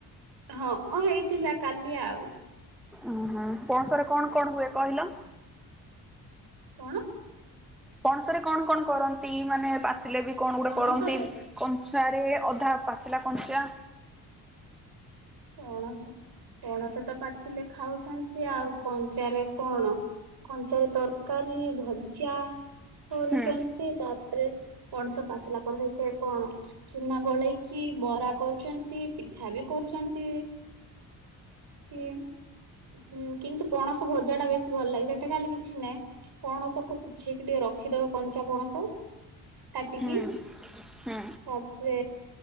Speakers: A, on the right; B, in the centre.
A: ହଁ ହେଇଥିଲା କାଲି ଆଉ।
B: ଓ ହୁଁ ପଣସରେ କଣ କଣ ହୁଏ କହିଲ?
A: କଣ?
B: ପଣସରେ କଣ କଣ କରନ୍ତି ମାନେ ପାଚିଲେ ବି କଣ ଗୋଟେ
A: ପଣସରେ
B: କରନ୍ତି। କ <inaudible> ଅଧା ପାଚିଲା କଞ୍ଚା
A: ପଣସ ପଣସ ତ ପାଚିଲେ ଖାଉଛନ୍ତି ଆଉ କଞ୍ଚାରେ କଣ କଞ୍ଚା ତରକାରୀ ଭଜା କରୁଛନ୍ତି
B: ହୁଁ
A: ତାପରେ ପଣସ ପାଚିଲା ପରେ ହେଇ ସେ କଣ ଚୁନା ଗୋଳେଇକି ବରା କରୁଛନ୍ତି ପିଠା ବି କରୁଛନ୍ତି। କି କି ହୁଁ କିନ୍ତୁ ପଣସ ଭଜା ଟା ବେଶୀ ଭଲ ଲାଗେ ସେଠା ଖାଲି କିଛି ନାହିଁ। ପଣସକୁଝେଇକି ଟିକେ ରଖିଦବ କଞ୍ଚା ପଣସ କାଟିକି
B: ହୁଁ। ହୁଁ
A: ତାପରେ